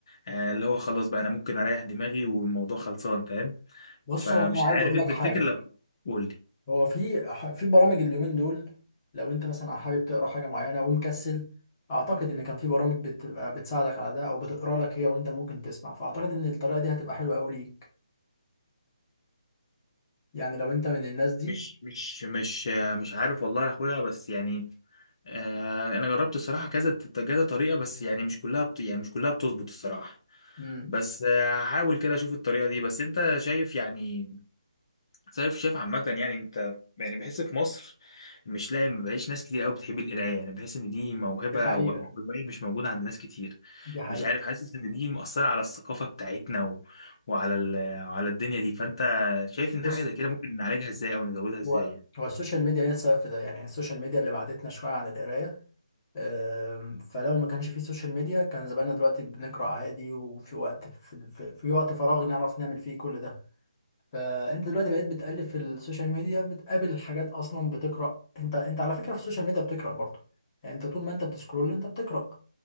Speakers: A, on the left; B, on the left.
A: آه اللي هو خلاص بقى انا ممكن اريح دماغي والموضوع خلصان فاهم
B: بص
A: فمش
B: هو انا عايز
A: عارف
B: اقول
A: انت
B: لك
A: تفتكر
B: حاجه
A: لو قول
B: هو في في برامج اليومين دول لو انت مثلا حابب تقرا حاجه معينه ومكسل اعتقد ان كان في برامج بتبقى بتساعدك على ده او بتقرا لك هي وانت ممكن تسمع فاعتقد ان الطريقه دي هتبقى حلوه قوي ليك يعني لو انت من الناس دي
A: مش مش مش مش عارف والله يا اخويا بس يعني آه انا جربت الصراحه كذا كذا طريقه بس يعني مش كلها بت... يعني مش كلها بتظبط الصراحه
B: امم
A: بس آه، هحاول كده اشوف الطريقه دي بس انت شايف يعني شايف شايف عامه يعني انت يعني بحس في مصر مش لاقي ما بقاش ناس كتير قوي بتحب القرايه يعني بحس ان دي موهبه
B: دي حقيقة
A: او او هوايه مش موجوده عند ناس كتير
B: دي حقيقة
A: مش عارف حاسس ان دي مؤثره على الثقافه بتاعتنا و... وعلى ال... وعلى الدنيا دي فانت شايف ان
B: بص
A: حاجه زي كده ممكن نعالجها ازاي او نزودها ازاي
B: هو هو السوشيال ميديا هي السبب في ده يعني السوشيال ميديا اللي بعدتنا شوية عن القراية أم، فلو ما كانش فيه سوشيال ميديا كان زماننا دلوقتي بنقرأ عادي وفي وقت في, في, في وقت فراغ نعرف نعمل فيه كل ده فانت دلوقتي بقيت بتقلب في السوشيال ميديا بتقابل حاجات اصلا بتقرأ انت انت على فكرة في السوشيال ميديا بتقرأ برضه يعني انت طول ما انت بتسكرول انت بتقرأ